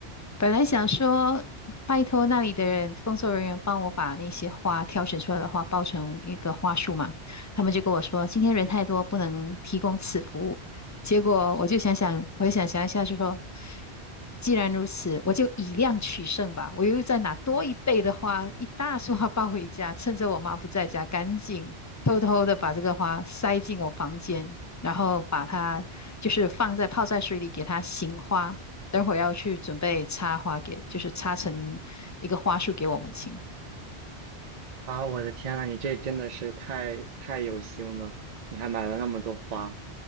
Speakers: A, on the left; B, on the right.
A: 本来想说拜托那里的人工作人员帮我把那些花挑选出来的花包成一个花束嘛，他们就跟我说今天人太多不能提供此服务，结果我就想想，我就想想一下，就说，既然如此，我就以量取胜吧。我又再拿多一倍的花，一大束花抱回家，趁着我妈不在家，赶紧偷偷的把这个花塞进我房间，然后把它就是放在泡在水里，给它醒花。等会儿要去准备插花给，就是插成一个花束给我母亲。
B: 啊，我的天呐，你这真的是太太有心了，你还买了那么多花。